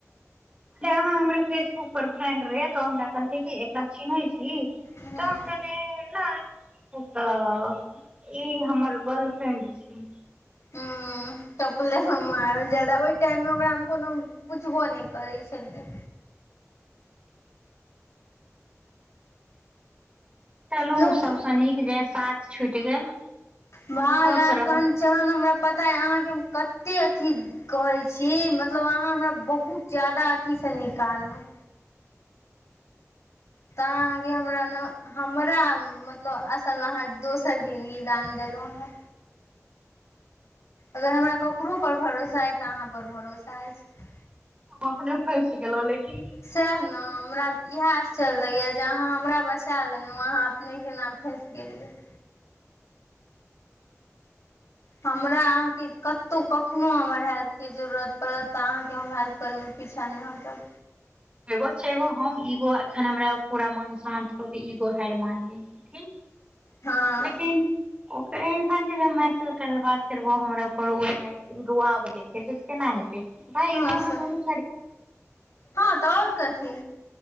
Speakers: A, on the right; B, on the left.
A: अहाँ हमर फेसबुक पर फ्रेंड रहे तो हमरा कहलकै कि एकरा चिन्है छी तऽ
B: हूँ
A: हम कह से नहि उ तऽ ई हमर गर्ल फ्रेंड छी
B: हूँ चपले सँ मारल जादा ओहि टाइम मे ओकरा हम कोनो पुछबो नहि करै छलियै
A: चलू
B: लोक
A: सबस नीक जे साथ छुटि गेल
B: भाय
A: खुश
B: आहाँ
A: रहू
B: कनचन हमरा पता य अहाँके कते अथी कहै छी मतलब अहाँ हमरा बहुत ज्यादा अथिसँ निकाललहुँ तऽ आहा अहाँके हमरा न हमरा मतलब असल अहाँ दोसर जिन्दगी दान देलहुँं अहाँ अगर हमरा ककरो पर भरोसा अछि तऽ अहाँ पर भरोसा अछि
A: हम अपने फँसि गेलहुँ लेकिन
B: सैह ने हमरा इहै आश्चर्य लगै या जे अहाँ हमरा बसा लेलहुँ अहाँ अपने के न फैस गेलियै हमरा अहाँके कतहुँ कखनो हमर हेल्प के जरूरत पड़त तऽ अहाँके हम हेल्प करमे पीछा नहि हटब
A: एगो छै एगो हम इगो एखन हमरा पूरा मन शान्त क के इगो हार मानले लथिन
B: हँ
A: लेकिन ओकरे इंसान के जे मासे बात करबो हमरा रूआब देखेतै त केना हेतै
B: हँ
A: अहाँ
B: सर
A: दुनु
B: हँ तऽ आओर कथी